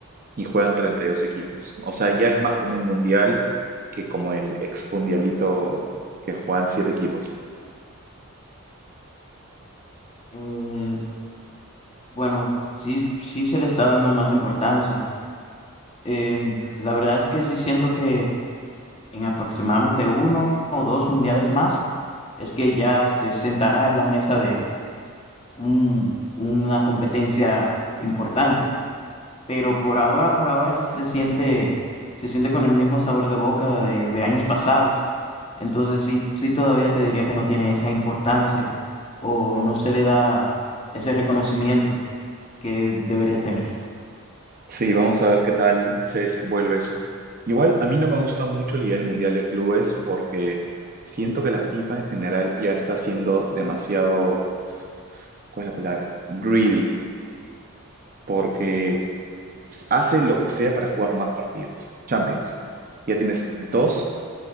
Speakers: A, on the right; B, on the left.
A: y juegan 32 equipos. O sea, ya es más como un Mundial que como el ex Mundialito que juegan siete equipos.
B: Eh, bueno, sí, sí se le está dando más importancia. Em, la verdad es que sí siento que en aproximadamente uno o dos mundiales más, es que ya se sentará en la mesa de un- una competencia importante. Pero por ahora, por ahora sí se siente, se siente con el mismo sabor de boca de, de años pasados. Entonces sí, sí todavía te diría que no tiene esa importancia o no se le da ese reconocimiento que deberías tener.
A: Sí, vamos a ver qué tal se desenvuelve eso. Igual a mí no me gusta mucho la idea del Mundial de Clubes porque siento que la FIFA en general ya está siendo demasiado, ¿cuál es la palabra? Greedy, porque
B: Sí.
A: s- hace lo que sea para jugar más partidos. Champions. Ya tienes dos